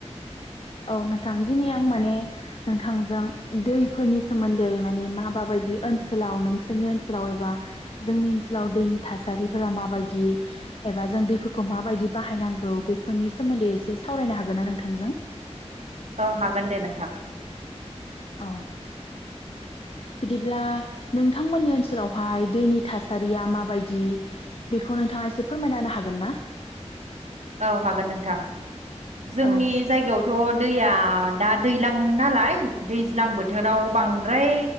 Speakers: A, on the left; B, on the right.
A: औ नोंथां दिनै आं माने नोंथांजों दैफोरनि सोमोन्दै माने मा माबायदि ओनसोलाव नोंसोरनि ओनसोलाव एबा जोंनि ओनसोलाव दैनि थासारिफोरा माबायछदि एबा जों दैफोरखौ माबायदि बाहायनांगौ बेफोरनि सोमोन्दै एसे सावरायनो हागोन ना नोंथांजों
B: औ हागोन दे नोंथां
A: औ बिदिब्ला नोंथांमोननि ओनसोलावहाय दैनि थासारिया माबायदि बेखौ नोंथाङा एसे फोरमायनाांनो हागोन ना
B: औ हागोन नोंथां जोंनि
A: औ
B: जायगायावथ' दैया दा दैलां नालाय दैज्लां बोथोराव बांद्राय